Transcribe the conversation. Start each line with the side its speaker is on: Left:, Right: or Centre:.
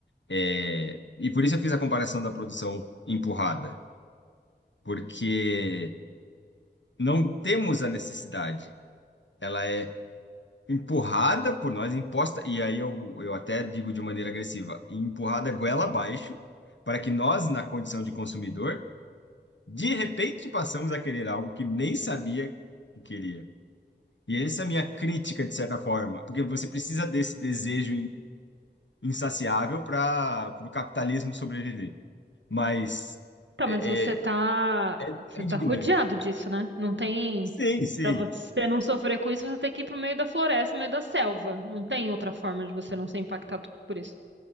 Left: É, e por isso eu fiz a comparação da produção empurrada, porque não temos a necessidade, ela é empurrada por nós, imposta, e aí eu, eu até digo de maneira agressiva, empurrada goela abaixo, para que nós, na condição de consumidor, de repente passamos a querer algo que nem sabia que queria. E essa é a minha crítica, de certa forma, porque você precisa desse desejo in- insaciável para o capitalismo sobreviver. Mas
Right: Tá,
Left: é,
Right: mas você tá,
Left: é, É,
Right: você
Left: é
Right: tá
Left: indignante.
Right: rodeado disso, né? Não tem,
Left: Sim, sim.
Right: pra você não sofrer com isso, você tem que ir pro meio da floresta, no meio da selva. Não tem outra forma de você não ser impactado por isso.